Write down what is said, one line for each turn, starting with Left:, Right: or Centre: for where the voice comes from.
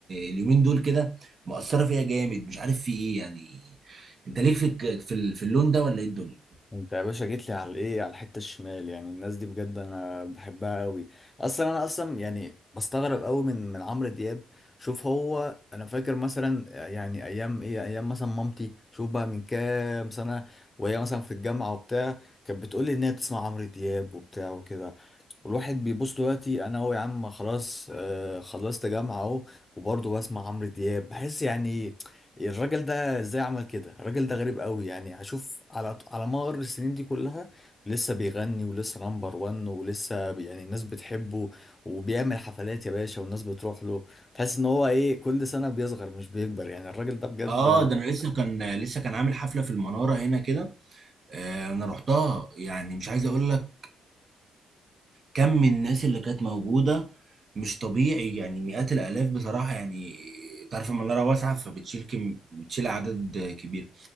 Right: اليومين دول كده مأثرة فيها جامد مش عارف في ايه يعني انت ليك في الك- في ال- في اللون ده ولا ايه الدنيا
Left: انت يا باشا جيت لي على الايه على الحته الشمال يعني الناس دي بجد انا بحبها قوي اصلا انا اصلا يعني بستغرب قوي من من عمرو دياب شوف هو انا فاكر مثلا يعني ايام ايه ايام مثلا مامتي شوف بقى من كام سنه وهي مثلا في الجامعه وبتاع كانت بتقول لي ان هي بتسمع عمرو دياب وبتاع وكده والواحد بيبص دلوقتي انا اهو يا عم خلاص آه خلصت جامعه اهو وبرضه بسمع عمرو دياب بحس يعني الراجل ده ازاي عمل كده الراجل ده غريب قوي يعني هشوف على على مر السنين دي كلها لسه بيغني ولسه نمبر وان ولسه بي- يعني الناس بتحبه وبيعمل حفلات يا باشا والناس بتروح له تحس ان هو ايه كل سنه بيصغر مش بيكبر يعني الراجل ده بجد
Right: اه ده انا لسه كان لسه كان عامل حفلة في المنارة هنا كده آه، انا رحتها يعني مش عايز اقول لك كم من الناس اللي كانت موجودة مش طبيعي يعني مئات الآلاف بصراحة يعني تعرف المنارة واسعة فبتشيل كم بتشيل أعداد كبيرة